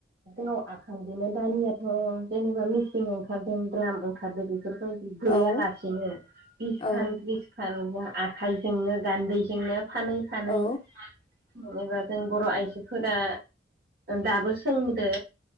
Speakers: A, on the right (about 60°); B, on the left (about 30°).
A: गाव आखाइ बिदिनो दानियाथ' जेनेबा मेसिन ओंखारदों द्राम ओंखारदों बे बेफोरबायदि गैयालासेनो
B: औ
A: बिसखान
B: औ
A: थ्रिसखान आखाइजोंनो गान्दैजोंनो। फानै फानै।
B: औ
A: जेनेबा जों बर' आइजोफोरा दाबो सोंदो।